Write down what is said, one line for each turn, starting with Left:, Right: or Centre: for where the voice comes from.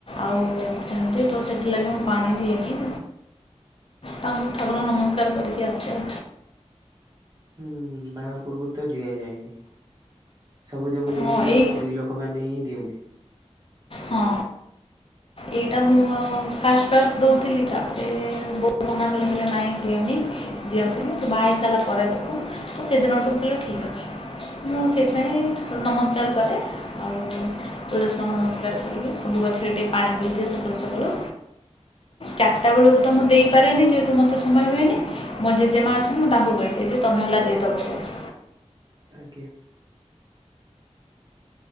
Left: ଆଉ ସେମିତି ତ ସେଥିଲାଗି ମୁଁ ପାଣି ଦିଏନି। ତାଙ୍କ ଠାକୁରଙ୍କୁ ନମସ୍କାର କରିକି ଆସିବ।
Right: ହୁଁ ବାହାଘର ପୂର୍ବୁରୁ ତ ଦିଆ ଯାଏନି। <inaudible> ସବୁଦିନ ମୁଁ ଦେଖିଚି
Left: ହଁ
Right: କେବଳ
Left: ଏଇ
Right: ସ୍ତ୍ରୀ ଲୋକ କମାନେ ହିଁ ଦିଅନ୍ତି।
Left: ହଁ। ଏଇଟା ମୁଁ-ଉ ଫାଷ୍ଟ ଫାଷ୍ଟ ଦୋଉଥିଲି ତାପରେ-ଏ ବୋଉ ମନା କଲେ। କଲେ ନାଇଁ ଦିଅନି <inaudible> ଦିଅନ୍ତିନି ତୁ ବାହା ହେଇସାରିଲା ପରେ ଦବୁ, ମୁ ସେଦିନଠୁ କିଲି ଠିକ୍ ଅଛି। ମୁଁ ସେଇଥିପାଇଁ ସୂ ନମସ୍କାର କରେ। ଆଉ ତୁ ତୁ ନମସ୍ <inaudible> ଗଛରେ ଟିକେ ପାଣି ଦେଇଦିଏ ସକାଳୁ ସକାଳୁ। ଚାର୍ଟା ବେଳୁକୁ ତ ମୁଁ ଦେଇପାରେନି ଯେହେତୁ ମତେ ସମୟ ହୁଏନି। ମୋ ଜେଜେମା ଅଛନ୍ତି ମୁଁ ତାଙ୍କୁ କହିଦିଏ ଯେ ତମେ ହେଲା ଦେଇଦବ ଟିକେ।
Right: ଆଜ୍ଞା!।